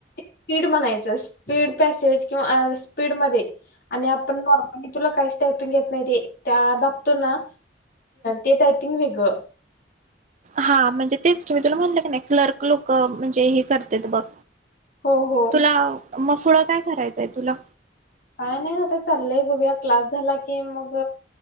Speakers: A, on the left; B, on the right.
A: स्पीड म्हणायचं स्पीड पॅसेज किंवा स्पीडमधेआणि आपण नॉर्मली तुला काहीच टायपिंग येत नाही ते त्या दाबतो ना ते टायपिंग वेगळं
B: हा म्हणजे तेच की मी तुला म्हणलं काी नाही क्लर्क लोक म्हणजे हे करत्यात बघ
A: हो हो
B: तुला मग पुढ काय? काय करायचय तुला
A: काय नाहीता चाललंय बघूया क्लास झाला की मग